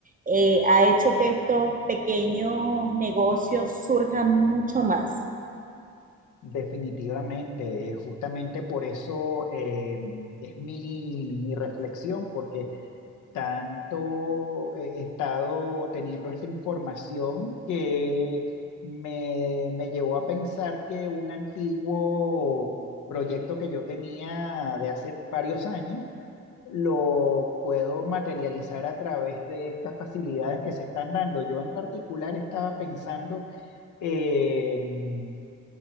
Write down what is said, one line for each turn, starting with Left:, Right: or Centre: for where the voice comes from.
Right: eh, ha hecho que estos pequeños negocios surjan mucho más.
Left: Definitivamente, eh, justamente por eso eh, es mi, mi reflexión, porque tanto eh, he estado teniendo esta información que me, me llevó a pensar que un antiguo proyecto que yo tenía de hace varios años lo puedo materializar a través de estas facilidades que se están dando. Yo en particular estaba pensando en